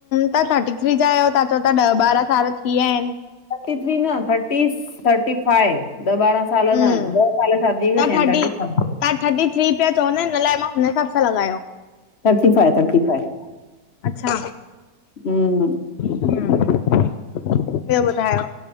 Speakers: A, on the left; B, on the left.
A: तव्हां थर्टी थ्री जा आयो। तहां चओ ता ॾह ॿारहां साल थी विया आहिन।
B: थर्टी थ्री न थर्टी थर्टी फाइव ॾ बारां साल
A: हम्म
B: न ॾह साल शादी
A: तव्हां
B: खे
A: थर्टी
B: थिया आहिन।
A: तव्हां थर्टी थ्री पिया चओ न, इन लाइ मां हुन हिसाब सां लॻायो।
B: थर्टी फाइव थर्टी फाइव
A: अच्छा
B: हूम।
A: <inaudible> ॿियो ॿुधायो?